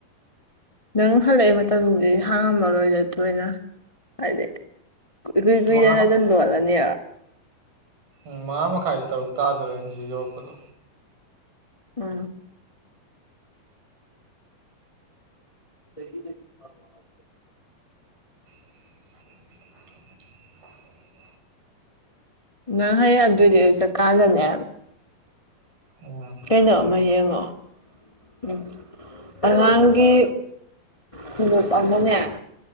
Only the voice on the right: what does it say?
ꯃꯉꯥ
ꯄꯨꯡ ꯃꯉꯥ ꯃꯈꯥꯏ ꯇꯔꯨꯛ ꯇꯥꯗꯣꯔꯦꯪꯁꯤ ꯌꯧꯔꯛꯄꯗꯣ
<unintelligible> <unintelligible>
ꯎꯝ